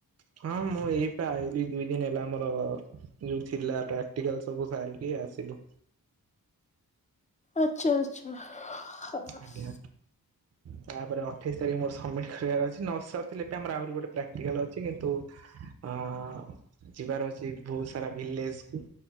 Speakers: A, on the right (about 45°); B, on the left (about 20°).
A: ହଁ ମୁଁ ଏଇପ ଆଲି ଦୁଇ ଦିନ ହେଲା ମୋର ଯୋଉ ଥିଲା ପ୍ରାକ୍ଟିକାଲ ସବୁ ସାରିକି ଆସିଲୁ।
B: ଆଛା ଆଛା <inaudible>
A: ଆଜ୍ଞା। ତାପରେ ଉଠେଇସାରି ମର ସମିଟକରିବାର ଅଛି ନା। ଥିଲେ ଆମର ଆହୁରି ଗୋଟେ ପ୍ରାକ୍ଟିକାଲ ଅଛି କିନ୍ତୁ ଅ ଯିବାର ଅଛି ବହୁତ ସାରା। ଭିଲେଜକୁ